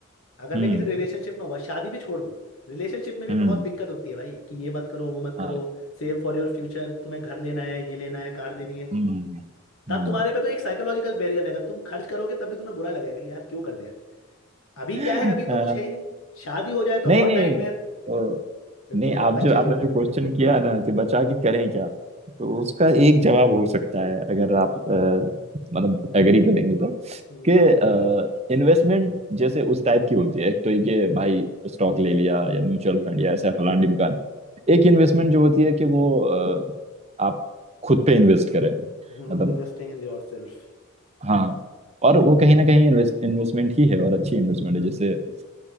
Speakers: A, on the left; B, on the right.
A: अगर
B: हम्म
A: मैं किसी रिलेशनशिप में हुआ शादी भी छोड़ दो रिलेशनशिप में भी
B: हम्म
A: बहुत दिक्कत होती है भाई कि ये मत करो वो मत
B: हाँ,
A: करो सेव फॉर योर फ्यूचर तुम्हें घर लेना है ये लेना है कार लेनी है
B: हम्म हम्म।
A: तब तुम्हारे पे तो एक साइकोलॉजिकल बैरियर रहेगा तुम खर्च करोगे तब भी तुम्हें बुरा लगेगा कि यार क्यों कर दिया अभी
B: <laughs>
A: क्या है अभी तो
B: आ,
A: कुछ है ही नहीं शादी हो जाए तो
B: नहीं
A: और
B: नहीं
A: नाइटमेयर
B: तो
A: फिर
B: नहीं
A: तो तुम्हें
B: आप
A: बच्चे
B: जो आपने
A: भी हो गए
B: जो क्वेश्चन किया ना कि बचा के करें क्या तो उसका एक जवाब हो सकता है अगर आप अ, मतलब एग्री करेंगे तो
A: हम्म
B: कि इन्वेस्टमेंट जैसे उस टाइप की होती है एक तो ये कि भाई स्टॉक ले लिया या म्यूचुअल
A: जी
B: फंड
A: जी
B: या
A: जी
B: ऐसा
A: जी
B: फलान ढिमकान एक
A: हम्म
B: इन्वेस्टमेंट जो होती है कि वो अ, आप खुद पे इन्वेस्ट करें मतलब
A: Investing in yourself
B: हाँ और वो कहीं ना कहीं इन्वेस्ट इन्वेस्टमेंट ही है और अच्छी इन्वेस्टमेंट है जैसे अ,